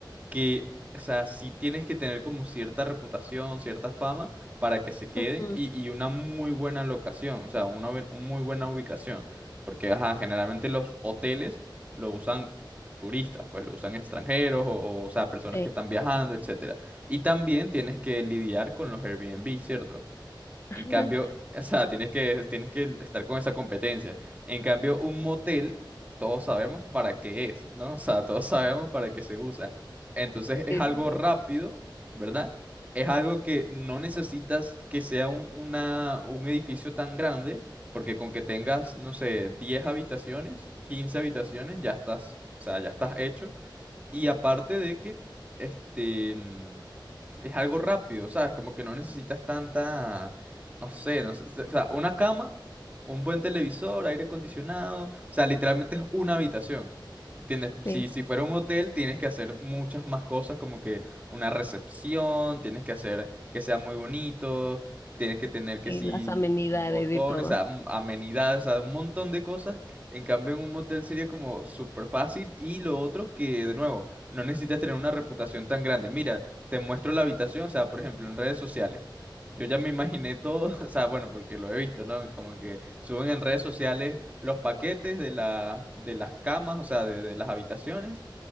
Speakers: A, on the right (about 20°); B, on the left (about 35°).
A: que, o sea, sí tienes que tener como cierta reputación, cierta fama para que se queden
B: Ujú,
A: y, y una muy buena locación, o sea, una, bu- una muy buena ubicación. Porque, ajá, generalmente los hoteles lo usan turistas, pues lo usan extranjeros o, o, o sea, personas
B: Sí.
A: que están viajando, etcétera. Y también tienes que lidiar con los Airbnb, ¿cierto?
B: <laughs>
A: En cambio, <laughs> o sea, tienes que, tienes que estar con esa competencia. En cambio, un motel, todos sabemos para qué es, ¿no? O sea, todos sabemos para qué se usa. Entonces es
B: Sí,
A: algo
B: sí,
A: rápido, ¿verdad? Es algo que no necesitas que sea un, una- un edificio tan grande, porque con que tengas, no sé, 10 habitaciones, 15 habitaciones, ya estás, o sea, ya estás hecho. Y aparte de que, este, mm, es algo rápido, ¿sabes? Como que no necesitas tanta, no sé, no sé, o sea, una cama, un buen televisor, aire acondicionado, o sea, literalmente es una habitación. ¿Entiendes? Si,
B: sí,
A: si fuera un hotel, tienes que hacer muchas más cosas, como que una recepción, tienes que hacer que sea muy bonito, tienes que tener que
B: sí,
A: sí,
B: las amenidades
A: botones,
B: y todo.
A: am- amenidades, o sea, un montón de cosas en cambio, en un motel sería como súper fácil. Y lo otro que, de nuevo, no necesitas tener una reputación tan grande. Mira, te muestro la habitación, o sea, por ejemplo, en redes sociales. Yo ya me imaginé todo, <laughs> o sea, bueno, porque lo he visto, ¿no? Como que suben en redes sociales los paquetes de la, de las camas, o sea, de, de las habitaciones.